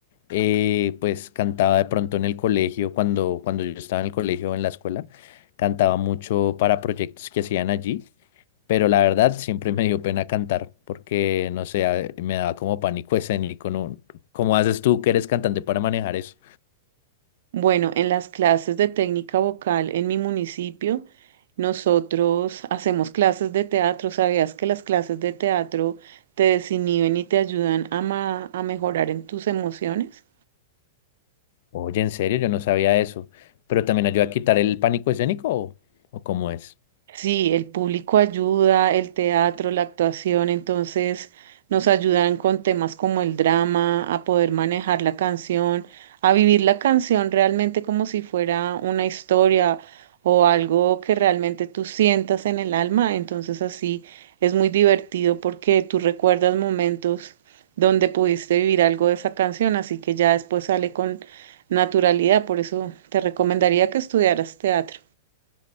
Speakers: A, on the left; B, on the right.
A: eh, pues cantaba de pronto en el colegio, cuando, cuando yo estaba en el colegio o en la escuela, cantaba mucho para proyectos que hacían allí, pero la verdad siempre <laughs> me dio pena cantar porque, no sé, a- me daba como pánico escénico, ¿no? ¿Cómo haces tú que eres cantante para manejar eso?
B: Bueno, en las clases de técnica vocal en mi municipio, nosotros hacemos clases de teatro. ¿Sabías que las clases de teatro te desinhiben y te ayudan a, ma- a mejorar en tus emociones?
A: Oye, en serio, yo no sabía eso, pero también ayuda a quitar el pánico escénico o, o cómo es.
B: Sí, el público ayuda, el teatro, la actuación, entonces nos ayudan con temas como el drama, a poder manejar la canción, a vivir la canción realmente como si fuera una historia o algo que realmente tú sientas en el alma. Entonces así es muy divertido porque tú recuerdas momentos donde pudiste vivir algo de esa canción, así que ya después sale con naturalidad. Por eso te recomendaría que estudiaras teatro.